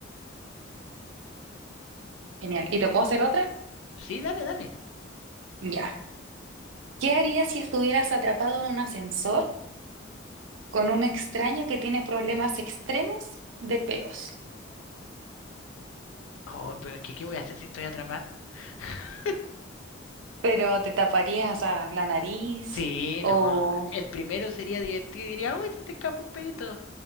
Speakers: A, on the right; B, on the left.
A: Genial. ¿Y te puedo hacer otra?
B: Sí, dale, dale.
A: Ya. ¿Qué harías si estuvieras atrapado en un ascensor con un extraño que tiene problemas extremos de peos?
B: Oh, pero es que ¿qué voy a hacer si estoy atrapada? <laughs>
A: Pero te taparías a la nariz
B: Sí,
A: o...
B: no. El primero sería divertido y diría, uy, se te escapa un pedito.